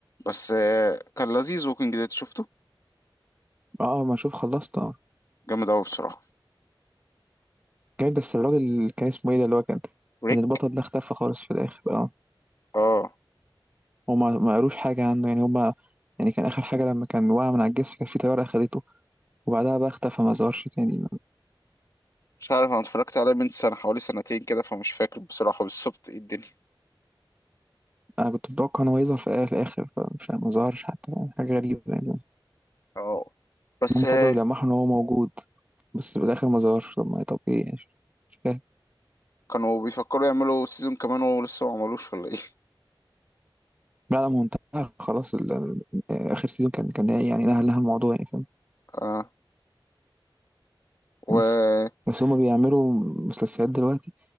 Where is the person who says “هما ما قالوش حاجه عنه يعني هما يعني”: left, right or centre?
Right